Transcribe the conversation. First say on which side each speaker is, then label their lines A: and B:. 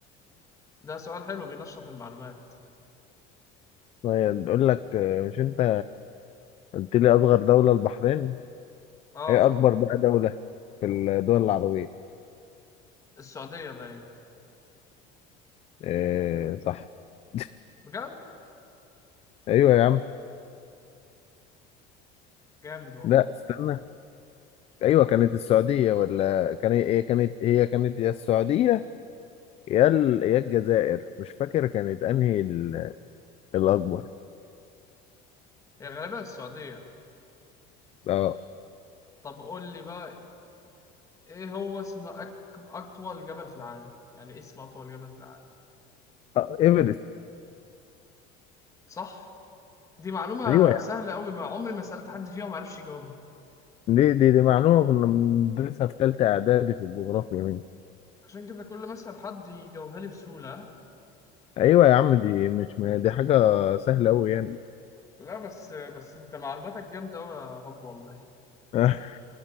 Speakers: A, on the left; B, on the left.
A: <laughs> ده سؤال حلو بينشط المعلومات
B: طيب، بيقول لك آه، مش انت قلت لي اصغر دولة البحرين
A: اه
B: هي اكبر بقى دولة في الدول العربية
A: السعودية باين
B: إيه صح <laughs>
A: بجد
B: ايوه يا عم
A: جامد والله
B: لا استنى ايوه كانت السعوديه ولا كان هي كانت هي كانت يا السعوديه يا ال... يا الجزائر مش فاكر كانت انهي ال... الاكبر
A: هي غالبا السعودية
B: اه
A: طب قول لي بقى ايه هو اسم أك... اطول جبل في العالم يعني إيه اسم اطول جبل في العالم
B: آه، ايفرست
A: صح دي معلومة
B: ايوه يا
A: سهلة قوي ما عمري ما سألت حد فيها وما عرفش يجاوبها
B: عم. دي دي, دي معلومه كنا بندرسها في ثالثه اعدادي في الجغرافيا يعني.
A: عشان كده كل ما أسأل حد يجاوبها لي بسهولة
B: ايوه يا عم دي مش ما دي حاجه سهله قوي يعني
A: لا بس بس انت معلوماتك جامدة قوي يا حب والله
B: <laughs>